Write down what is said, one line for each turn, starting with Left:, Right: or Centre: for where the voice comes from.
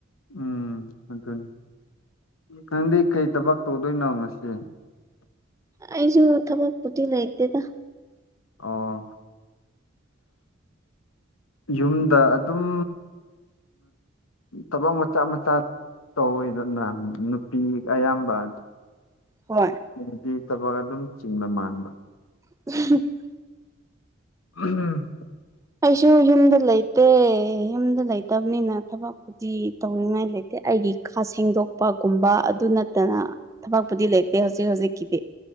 Left: ꯎꯝ ꯑꯗꯨꯅꯤ ꯅꯪꯗꯤ ꯀꯩ ꯊꯕꯛ ꯇꯧꯗꯣꯏꯅꯣ ꯉꯁꯤ
Right: ꯑꯩꯁꯨꯨ ꯊꯕꯛ ꯄꯨꯇꯤ ꯂꯩꯇꯦꯗ
Left: ꯑꯣ ꯌꯨꯝꯗ ꯑꯗꯨꯝ ꯊꯕꯛ ꯃꯆꯥ ꯃꯆꯥ ꯇꯧꯋꯤꯗꯅ ꯄꯤ ꯑꯌꯥꯝꯕꯗꯤ
Right: ꯍꯣꯏ
Left: ꯊꯕꯛ ꯑꯗꯨꯝ ꯆꯤꯡꯕ ꯃꯥꯟꯕ
Right: ꯎ <inaudible>
Left: <inaudible>
Right: ꯑꯩꯁꯨ ꯌꯨꯝꯗ ꯂꯩ ꯗ ꯌꯨꯝꯗ ꯂꯩꯇꯕꯅꯤꯅ ꯊꯕꯛꯄꯨꯗꯤ ꯇꯧꯅꯤꯡꯉꯥꯏ ꯂꯩꯇꯦ ꯑꯩꯒꯤ ꯀꯥ ꯁꯦꯡꯗꯣꯛ ꯒꯨꯝꯕ ꯑꯗꯨ ꯅꯠꯇꯅ ꯊꯕꯛꯄꯨꯗꯤ ꯂꯩꯇꯦ ꯍꯧꯖꯤꯛ ꯍꯧꯖꯤꯛꯀꯤꯗꯤ